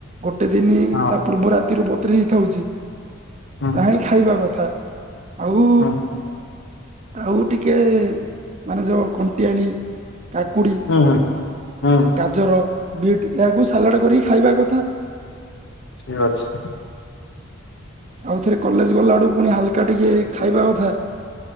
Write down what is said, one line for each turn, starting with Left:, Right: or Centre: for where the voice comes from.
Right: ଗୋଟେ ଦିନି
Left: ହଁ
Right: ତା ପୂର୍ବ ରାତିରୁ ବତୁରେଇକି ଖାଉଚି,
Left: ହୁଁ।
Right: ତାହା ହିଁ ଖାଇବା କଥା, ଆଉ
Left: ହୁଁ ହୁଁ।
Right: ଆଉ ଟିକେ, ମାନେ ଯୋଉ କଣ୍ଟିଆଳି କାକୁଡି
Left: ହୁଁ ହୁଁ ହୁଁ
Right: ଗାଜର, ବିଟ୍ ଏହାକୁ ସାଲାଡ଼ କରିକି ଖାଇବା କଥା।
Left: ଠିକ୍ ଅଛି।
Right: ଆଉ ଥରେ କଲେଜ୍ ଗଲା ଆଡ଼କୁ ପୁଣି ହାଲ୍କା ଟିକେ ଖାଇବା କଥା।